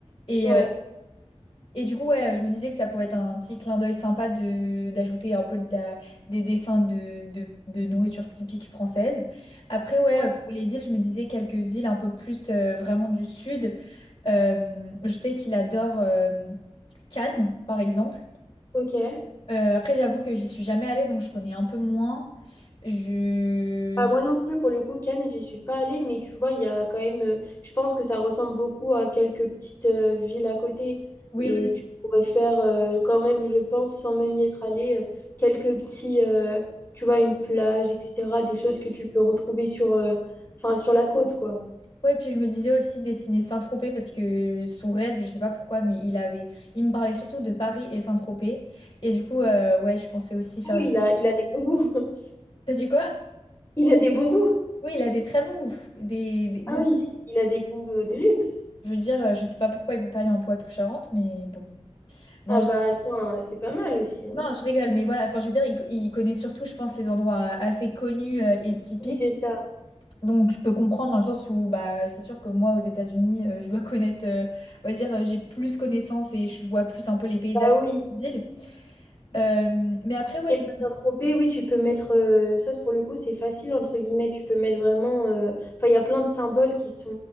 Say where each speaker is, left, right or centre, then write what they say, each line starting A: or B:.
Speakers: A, on the left; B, on the left.
A: Et,
B: Ouais,
A: euh, et du coup, ouais, je me disais que ça pouvait être un petit clin d'œil sympa de, d'ajouter un peu de la, des dessins de, de, de nourriture typique française. Après, ouais,
B: ouais,
A: pour les villes, je me disais quelques villes un peu plus euh, vraiment du sud. Euh, je sais qu'il adore euh, Cannes, par exemple.
B: ok.
A: Euh, après, j'avoue que j'y suis jamais allée, donc je connais un peu moins. Je...
B: Ah,
A: je-
B: moi non plus, pour le coup, Cannes, j'y suis pas allée, mais tu vois, il y a quand même. euh, je pense que ça ressemble beaucoup à quelques petites euh, villes à côté.
A: Oui,
B: Et
A: oui, oui.
B: tu pourrais faire, euh, quand même, je pense, sans même y être allée, euh, quelques petits. euh, tu vois, une plage, etc. Des choses que tu peux retrouver sur, euh, enfin, sur la côte, quoi.
A: Ouais, puis je me disais aussi dessiner Saint-Tropez parce que son rêve, je sais pas pourquoi, mais il avait, il me parlait surtout de Paris et Saint-Tropez. Et du coup, euh, ouais, je pensais aussi faire.
B: Oui, il a, il a des bons goûts. <laughs>
A: T'as dit quoi?
B: Il a des bons goûts.
A: Oui, il a des très bons goûts. Des, des goûts.
B: Ah oui, il a des goûts de luxe.
A: Je veux dire, euh, je sais pas pourquoi il veut pas aller en Poitou-Charentes, mais bon. Non,
B: Ah bah attends, euh, c'est pas mal aussi. hein.
A: Non, je rigole, mais voilà, enfin, je veux dire, il, co- il connaît surtout, je pense, les endroits assez connus euh, et typiques.
B: Oui, c'est ça.
A: Donc, je peux comprendre dans le sens où, bah, c'est sûr que moi, aux États-Unis, euh, je dois <laughs> connaître, euh, on va dire, euh, j'ai plus connaissance et je vois plus un peu les paysages
B: Bah oui.
A: de la ville. Euh, mais après, ouais,
B: Et
A: je
B: bah
A: me
B: Saint-Tropez,
A: dis,
B: oui, tu peux mettre, euh, ça c'est- pour le coup c'est facile entre guillemets, tu peux mettre vraiment, euh, enfin il y a plein de symboles qui sont,